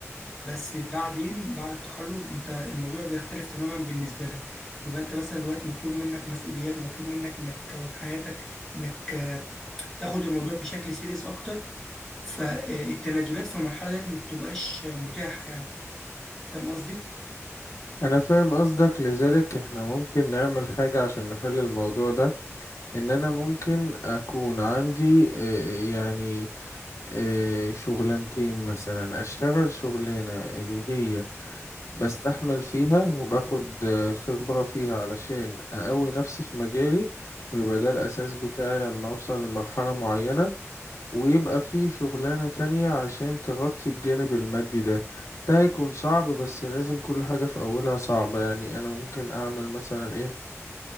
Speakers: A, in the centre; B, on the left.
A: بس بعدين بعد التخرج أنت الموضوع بيختلف تماما بالنسبة لك بيبقى أنت مثلا دلوقتي مطلوب منك مسؤوليات ومطلوب منك إنك تكون حياتك إنك آه، تاخد الموضوع بشكل سيريس أكتر فالتنازلات في المرحلة ديت ما بتبقاش متاحة يعني فاهم قصدي؟
B: أنا فاهم قصدك لذلك إحنا ممكن نعمل حاجة عشان نحل الموضوع ده إن أنا ممكن أكون عندي آه، يعني آه، شغلانتين مثلا أشتغل شغلانة اللي هي بستحمل فيها وباخد آه، خبرة فيها علشان أقوي نفسي في مجالي ويبقى ده الأساس بتاعي لما أوصل لمرحلة معينة ويبقى في شغلانة تانية عشان تغطي الجانب المادي ده ده هيكون صعب بس لازم كل حاجة في أولها صعبة يعني أنا ممكن أعمل مثلا إيه